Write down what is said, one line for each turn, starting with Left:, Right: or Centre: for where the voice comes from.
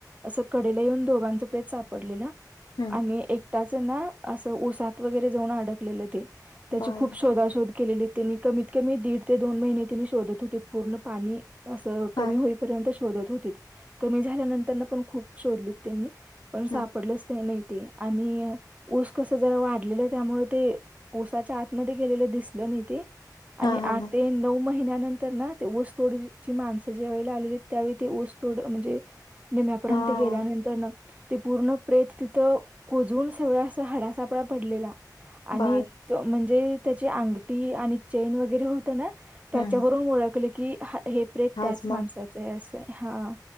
Right: असं कडेला येऊन दोघांचं प्रेत सापडलेलं.
Left: हम्म
Right: आणि एकटाच ना असं ऊसात वगैरे जाऊन अडकलेलं ते. त्याची
Left: बाय
Right: खूप शोधशोध केलीली त्यांनी कमीत कमी दीड ते दोन महिने. तिने शोधत होती पूर्ण पाणी असं कमी
Left: हा
Right: होई पर्यंत शोधत होतीत कमी झाल्यानंतरण खप शोधलीत. त्यांनी पण सापडलंच
Left: हम्म
Right: ते नाही ते. आणि ऊस कस जरा वाढलेलं त्यामुळे ते ऊसाच्या आतमध्ये गेलेलं दिसलं नाही ते आणि
Left: हा हा
Right: आठ
Left: हा
Right: ते नऊ महिन्यानंतर ना ते ओसतोडची माणसं ज्या वेळेला आलेली त्यावेळी ते ओसतोड म्हणजे निम्यापर्यंत
Left: हा
Right: गेल्यानंतर न ते पूर्ण प्रेत तिथं कुजून सगळ्या अस हाडासा कपडा पडलेला आणि
Left: बाय
Right: म्हणजे त्याची अंगठी आणि चेन वगैरे होत ना त्याच्यावरून
Left: हम्म
Right: ओळखले. कि हे प्रेत
Left: हाच
Right: त्याच माणसाचं आहे असं हा.